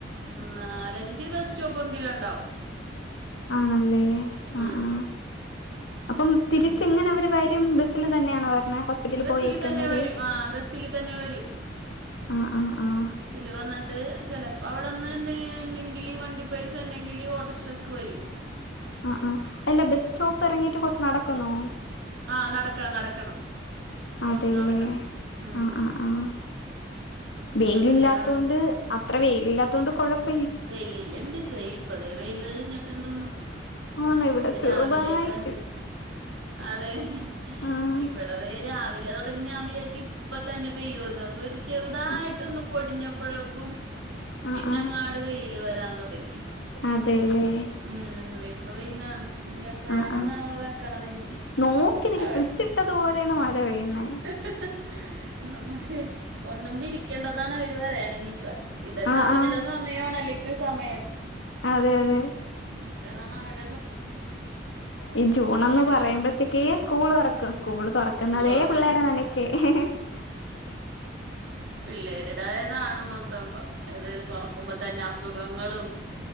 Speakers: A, on the right; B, on the left.
A: നാലഞ്ച് ബസ് സ്റ്റോപ്പെങ്കിലും ഉണ്ടാവും
B: ആണല്ലേ
A: ഉം,
B: അ ആ അപ്പം തിരിച്ചെങ്ങനെവര്
A: അഞ്ച്
B: വരും ബസ്സില് തന്നെയാണോ <unintelligible>
A: ബസ്സില്
B: പോയേക്കുന്നവര്
A: തന്നെ വരും ആ ബസ്സില് തന്നെ വരും.
B: ആഹ് ആഹ് ആഹ്
A: ബസ്സിൽ വന്നിട്ട് ചിലപ്പോൾ അവിടെ <unintelligible> ഈ വണ്ടി പൈസണ്ടെങ്കിൽ ഓട്ടർഷക്ക വരും.
B: ആ ആ അല്ല ബസ്റ്റോപ്പ് ഇറങ്ങിട്ട് കുറച്ച് നടക്കുന്നോ?
A: ആ നടക്കണം നടക്കണം കുറച്ച്
B: അതല്ലേ
A: നടക്കണം ഉം.
B: ആഹ ആഹ ആഹ വെയിലല്ലാത്തൊണ്ട്
A: അങ്ങനെ ആ,
B: അത്ര വെയിലല്ലാത്തോണ്ട് കുഴ <unintelligible>
A: വെയിലിണ്ട് വെയിപൊതു <unintelligible> വെയിലികാലിട്ടോണ്ട് <unintelligible>
B: ആണ് ഇവിടെ
A: പക്ഷേ
B: ചെറുതായിട്ട്
A: രാവിലേക്ക് അതെ <unintelligible> ങ്‌ ഹും
B: ആഹ്
A: ഇവിടെ തെ രാവിലെ തോ ഞാൻ വിചാരിച്ചു ഇപ്പ തന്നെ പെയ്യോന്ന് അപ്പൊ ഒരു ചെറുതായിട്ടൊന്ന്
B: ആഹ്
A: പൊടിഞ്ഞപ്പഴേക്കും
B: ആഹ്
A: പിന്നങ്ങാട്
B: ആഹ്
A: വെയില് വരാൻ തുടങ്ങി
B: അതെല്ലേ
A: ഉം ഇപ്പ വെയിലാണ് ഇനി എപ്പോഴാണെന്നാവോ
B: ആഹ് ആഹ്
A: വെക്കണത് ഇനി
B: നോക്കി നിക്ക
A: അവിടെ
B: സ്വിച്ചിട്ടതു പോലെയാണ് മഴ പെയ്യുന്നെ
A: <inaudible> നമ്മുക്ക് ഒന്നും വിരിക്കണ്ടന്നാണ് അവര് പറയണേ നിപ്പ ഇതൊക്കെ
B: ആഹ്
A: അവരുടെ
B: ആഹ്
A: സ <unintelligible> ഓണലിപ്പ സമയം
B: അതെ അതെ
A: ഇപ്പന്ന വര്
B: ഈ ജൂൺഒന്ന്
A: അപ്പം അവർ
B: പറയുമ്പോതെക്കെ സ്കൂൾ തുറക്കും സ്കൂൾ തുറക്കുന്നതേ
A: ചൂളർക്കാണ്
B: പിള്ളോര നനൊക്ക <unintelligible>
A: പിള്ളേരുടായതാണ് മൊത്തം എത് തോറക്കുംബോ തന്നെ അസുഖങ്ങളും